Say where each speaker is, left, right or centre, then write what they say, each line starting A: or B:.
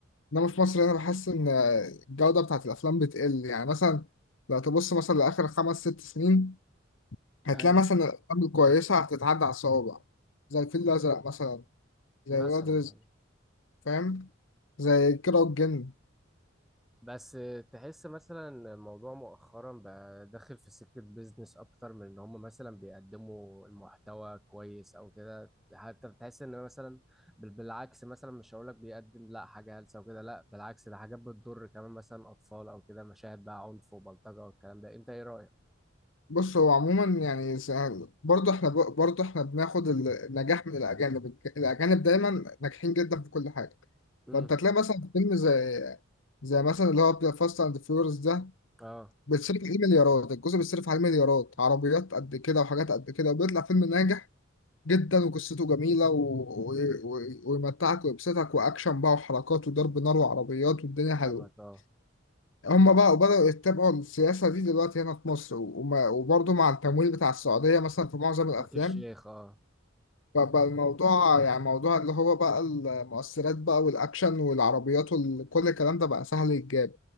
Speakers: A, on the left; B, in the centre.
A: انما في مصر هنا بحس ان الجوده بتاعت الافلام بتقل يعني مثلا لو تبص مثلا لاخر خمس ست سنين هتلاقي
B: ايوه
A: مثلا الافلام الكويسه هتتعدى على الصوابع زي الفيل الازرق مثلا زي
B: مثلا
A: ولاد رزق
B: يعني
A: فاهم زي كيرة والجن
B: بس تحس مثلا إن الموضوع مؤخرا بقى داخل في سكة بيزنس أكتر من إن هم مثلا بيقدموا المحتوى كويس أو كده حتى بتحس إن مثلا بال- بالعكس مثلا مش هقولك بيقدم لا حاجة هلسة وكده لا بالعكس ده حاجات بتضر كمان مثلا أطفال أو كده مشاهد بقى عنف وبلطجة والكلام ده أنت إيه رأيك؟
A: بص هو عموما يعني س- برضه احنا ب- برضه احنا بناخد ال- النجاح من الاجانب الك- الاجانب دايما ناجحين جدا في كل حاجه
B: امم
A: فانت تلاقي مثلا في فيلم زي زي مثلا اللي هو فاست اند فيوريوس ده
B: اه
A: بيتصرف عليه مليارات الجزء بيتصرف عليه مليارات عربيات قد كده وحاجات قد كده وبيطلع فيلم ناجح جدا وقصته جميله و... و... و... ويمتعك ويبسطك واكشن بقى وحركات وضرب نار وعربيات والدنيا حلوه
B: فاهمك اه
A: هم بقى بدأوا يتبعوا السياسة دي دلوقتي هنا في مصر وما- وبرضه مع التمويل بتاع السعودية مثلا في معظم الأفلام
B: تركي الشيخ اه
A: فبقى الموضوع يعني موضوع اللي هو بقى المؤثرات بقى والأكشن والعربيات وكل الكلام ده بقى سهل يتجاب